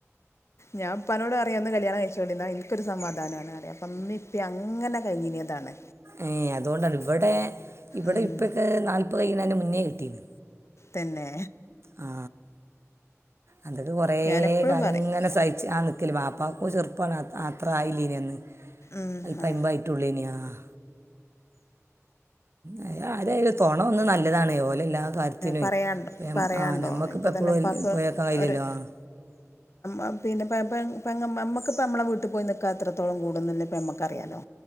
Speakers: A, on the left; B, on the right.
A: ഞാൻ ഇപ്പാനോട് പറയും ഒന്ന് കല്യാണം കഴിച്ചുകൊണ്ടിന്നാ എനിക്കൊരു സമാധാനാണ് അറിയും ഇമ്മിം ഇപ്പിം അങ്ങനെ കഴിഞ്ഞതാണ്
B: ഏയ് അതുകൊണ്ടാണ് ഇവിടെ ഇവിടെ
A: ഉം
B: ഇപ്പക്കെ നാൽപ്പത് കയിണ മുന്നേ കെട്ടീനി
A: തന്നെ
B: ആ അന്നട്ട് കുറെ
A: ഞാനെപ്പോഴും
B: കാലം
A: പറയും
B: ഇങ്ങനെ സഹിച്ചാണ് നിൽക്കല് വാ കാക്കും ചെറുപ്പാണ് അത്ര ആയില്ലിനി അന്ന്
A: ഉം
B: ഇപ്പം
A: ആ
B: അയ്മ്പതായിട്ടുള്ളേനി ആഹ് ആ ആരായാലും തുണ ഒന്നും നല്ലതാണ് ഓല് എ കാര്യത്തിനുവേ
A: പറയാണ്ടോ പറയാണ്ടോ
B: ആ നമ്മുക്കിപ്പോം
A: ഇപ്പം
B: എപ്പളും
A: തന്നെ ഉപ്പാക്ക്
B: പോയാക്കയില്ലല്ലോ
A: ഒരു
B: ആഹ്
A: ആ പിന്നെ പെങ്ങ അമ്മക്കിപ്പ അമ്മളെ വീട്ടിൽ പോയി നിക്കെ അത്രത്തോളം കൂടുന്നുല്ലെമ്മ ക്കറിയാലോ